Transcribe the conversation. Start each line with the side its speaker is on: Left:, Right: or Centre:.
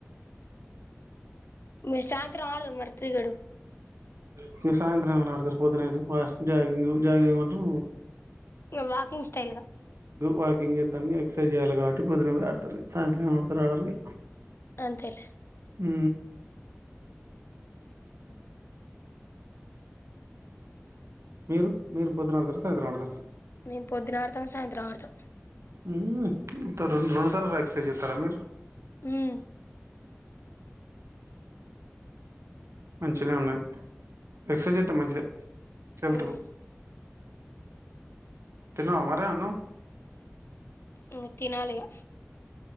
Left: మీరు సాయంత్రం ఆడరా మరి క్రికెట్
Right: ఇగ సాయంత్రం ఎవలు ఆడుతారు పొద్దునయితే వ జాగింగ్ జగింగ్ అంటు
Left: ఇగ వాకింగ్ స్టైల్గ
Right: వాకింగ్ చేస్తానికి ఎక్సర్సైజ్ చేయాలి కాబట్టి పొద్దున కుడా ఆడుతారు సాయంత్రం ఎం ఆడుతారు ఆడారిగ
Left: అంతేలే
Right: మ్ అది <inaudible> మీరు మీరు పొద్దున ఆడతారా సాయత్రం ఆడతారా
Left: మేము పొద్దున ఆడతాం సాయంత్రం ఆడతాం
Right: ఉం రెండు రోజుల తరువాతఎక్సర్సైజ్ చెతారా మీరు
Left: ఉం
Right: మంచినే ఉన్నది ఎక్సర్సైజ్ చేస్తే మంచిదే హెల్త్కు
Left: ఉమ్
Right: తిన్నావా మరి అన్నం
Left: ఉం తినాలిగా